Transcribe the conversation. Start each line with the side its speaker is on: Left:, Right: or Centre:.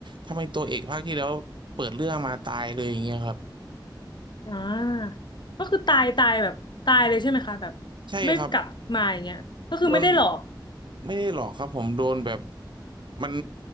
Right: ทำไมตัวเอกภาคที่แล้วเปิดเรื่องมาตายเลยอย่างเงี้ยครับ
Left: อ่าก็คือตายตายแบบตายเลยใช่ไหมคะแบบ
Right: ใช่ครับ
Left: ไม่กลับมาอย่างเงี้ยก็คือไม่ได้หลอก
Right: โดนไม่ได้หรอกครับผมโดนแบบมัน